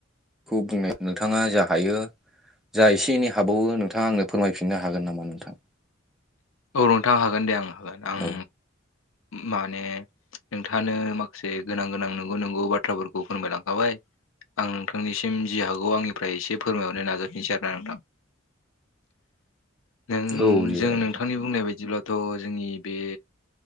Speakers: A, in the centre; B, on the left.
A: खौ बुंनाय नोंथाङा जा हायो जा एसे एनै हाबावो नोंथाङा आंनो फोरमायफिननो हागोन नामा नोंथां?
B: औ नोंथां हागोन दे आं हागोन आं
A: औ
B: माने नोंथाङानो माखासे गोनां गोनां नंगौ नंगौ बाथ्रा बाथ्राफोरखौ फोरायलांखाबाय आं नोंथांनिसिम जि हागौ आंनिफ्राय एसे फोरमायहरनो नाजाफिनसै आरो ना नोंथां। नों
A: औ दे
B: जोंोंथ
A: जागोन नोंथां।
B: <unintelligible> नि बुंनाय बायदिब्लाथ' जोंनि बे